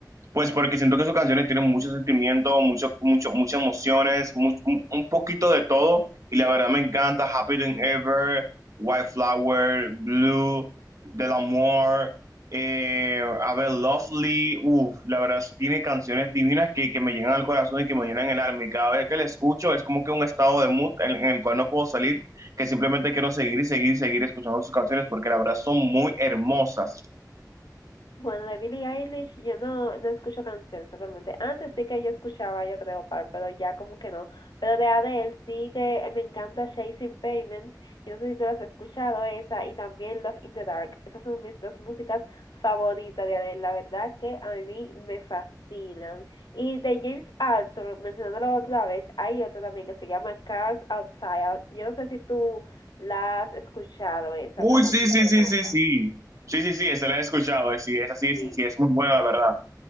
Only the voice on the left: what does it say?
Bueno, de Billie Eilish yo no, no escucho canciones totalmente. Antes sí que yo escuchaba, yo creo, par, pero ya como que no. Pero de Adele sí que eh, me encanta Chasing Payments. Yo no sé si tú las has escuchado esa y también Love in the Dark. Esas son mis dos músicas favoritas de Adele. La verdad que a mí me fascinan. Y de James Arthur, mencionándolo otra vez, hay otra también que se llama Cars Outside. Yo no sé si tú la has escuchado esa,
pero también
es hermosa.
Sí.